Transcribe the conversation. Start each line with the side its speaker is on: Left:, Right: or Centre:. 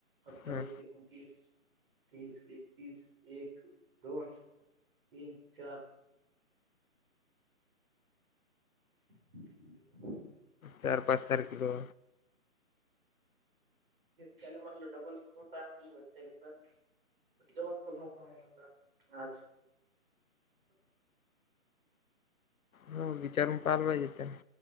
Right: अठ्ठावीस
Left: हा
Right: एकोणतीवीस. तीस एकतीस एक दोन तीन चार <unintelligible>
Left: चार पाच तारखेल.
Right: येस त्याला म्हणाला डबल म्हणून काय म्हटलं त्या तर जवन खूर्ण कम आहेला आज
Left: हो विचारून पालवाहिजे त्यांनी